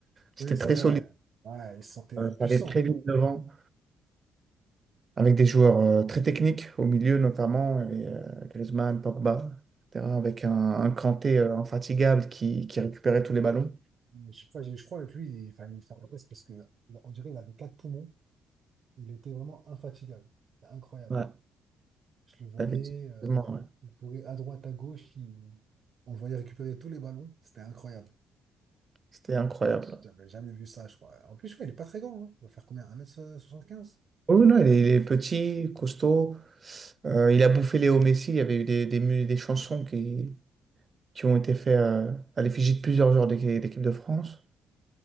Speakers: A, on the right; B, on the right.
A: C'était
B: Oui, c'est
A: très
B: vrai.
A: solide,
B: Ouais, il se sentait
A: Euh,
B: impuissant.
A: ça allait très vite devant, avec des joueurs euh, très techniques au milieu notamment, il y avait, euh, Griezmann, Pogba, etc. Avec un, un Kanté euh, infatigable qui, qui récupérait tous les ballons.
B: Je, crois- je crois que lui, il fallait lui faire la presse parce que, il- on dirait qu'il avait quatre poumons. Il était vraiment infatigable. C'était incroyable.
A: Ouais,
B: Je le voyais,
A: effectivement.
B: euh, il,
A: ouais.
B: il courait à droite, à gauche, il- on le voyait récupérer tous les ballons. C'était incroyable.
A: C'était incroyable.
B: J'avais jamais vu ça, je crois. En plus, je crois, il est pas très grand. hein. Il va faire combien? Un mètre soixante quinze
A: Oh Oui, non, il est, il est petit, costaud. Euh, il a bouffé Léo Messi. Il y avait eu des, des, mu- des chansons qui, qui ont été faites euh, à l'effigie de plusieurs joueurs d'équi- d'équipe de France.